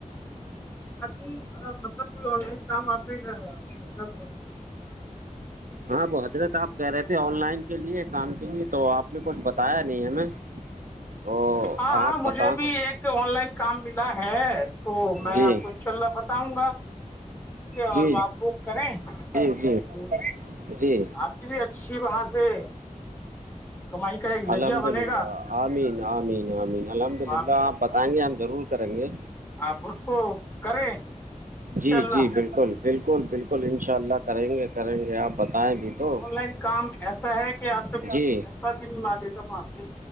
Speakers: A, on the left; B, on the right.
A: ی مطلب کوئی آن لائن کام آپ نے مطلب <inaudible>
B: ہاں وہ حضرت آپ کہہ رہے تھے آن لائن کے لیے کام کے لیے تو آپ نے کچھ بتایا نہیں ہمیں او
A: ہاں ہاں
B: آپ
A: مجھے
B: بتا
A: بھی ایک آن لائن کام ملا ہے تو میں
B: جی
A: آپ کو ان شاء اللہ بتاؤں گا ٹھیک ہے اور
B: جی
A: آپ وہ کریں
B: جی جی
A: تو
B: جی
A: آپ کی بھی اچھا شیو ہاں سے کمائی کا ایک ذریعہ
B: الحمد
A: بنے
B: للہ
A: گا
B: عمین آمین آمین الحمد للہ
A: آپ
B: بتانہیں ہم ضرور کریں گے
A: آپ رش کو کریں ان
B: جی
A: شاء اللہ
B: جی بالکل بالکل بالکل انشاء اللہ کریں گے کریں گے آپ بتائیں بھی تو
A: آن لائن کام ایسا ہے کہ آپ پ کوئی
B: جی
A: پیسہ بھی نہیں مگے گا وہاںپی